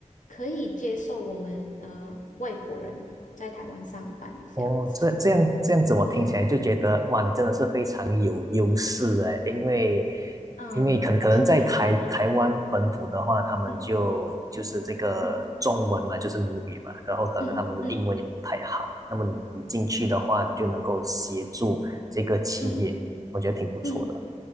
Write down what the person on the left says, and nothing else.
可以接受我们呃外国人在台湾上班这样子。
对，
啊，
谢谢你。
嗯嗯
嗯嗯
嗯
嗯。嗯